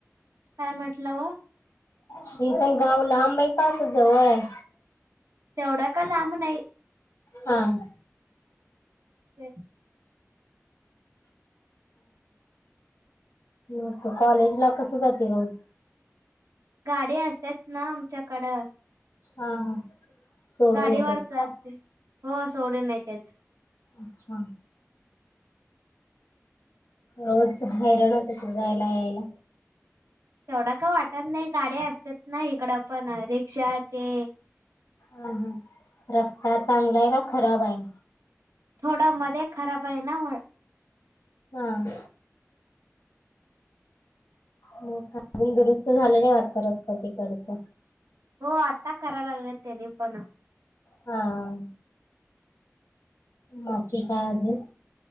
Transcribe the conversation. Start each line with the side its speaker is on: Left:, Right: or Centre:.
Right: काय म्हटलं ओ?
Left: शेत अन गाव लांबायं का अस जवळयं?
Right: तेवढा का लांब नायी.
Left: हां.
Right: ते <inaudible>
Left: अता कॉलेज ला कसं जाते रोज?
Right: गाडी असत्यात नां आमच्याकडं.
Left: हां हां सोडून
Right: गाडीवर
Left: येतात
Right: जाते.
Left: काय?
Right: हो सोडून येत्यात.
Left: अच्छा! रोज हैरण होत असल जायला यायला?
Right: तेवढा का वाटत नायी गाडी असत्यात नां इकडं पण रिक्षा ते
Left: हं हं रस्ता चांगलायं का खराबायं.
Right: थोडं मध्ये खराबयं ना म्ह
Left: हुं. म अजून दुरुस्त झालं नाही वाटत रस्ता तिकडचं?
Right: हों आता करालागल्यात त्यांनी पण.
Left: हां बाकी काय अजून?